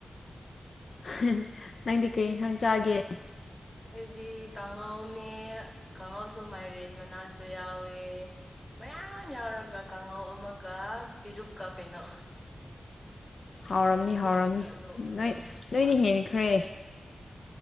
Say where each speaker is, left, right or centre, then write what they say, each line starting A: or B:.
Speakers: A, on the left; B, on the left.
A: ꯍꯦꯍꯦ ꯅꯪꯗꯤ
B: ꯑꯗꯨꯗꯤ
A: ꯀ꯭ꯔꯤ ꯏꯟꯁꯥꯡ ꯆꯥꯒꯦ
B: ꯑꯩꯈꯣꯏꯗꯤ ꯀꯥꯡꯍꯧꯅꯦ
A: ꯀꯥꯡꯉꯧꯅꯦ
B: ꯀꯥꯡꯍꯧꯁꯨ ꯃꯥꯏꯔꯦꯟ ꯃꯅꯥꯁꯨ ꯌꯥꯎꯋꯦ ꯃꯌꯥꯝ ꯌꯥꯎꯔꯒ ꯀꯥꯡꯉꯧ ꯑꯃꯒ ꯄꯦꯔꯨꯛꯀ ꯀꯩꯅꯣ
A: ꯍꯥꯎꯔꯝꯅꯤ
B: ꯄꯤꯔꯨꯛꯀ
A: ꯍꯥꯎꯔꯝꯅꯤ
B: ꯎꯝ
A: ꯅꯣꯏ ꯅꯣꯏꯅ
B: ꯍꯣꯏ
A: ꯍꯦꯟꯈ꯭ꯔꯦ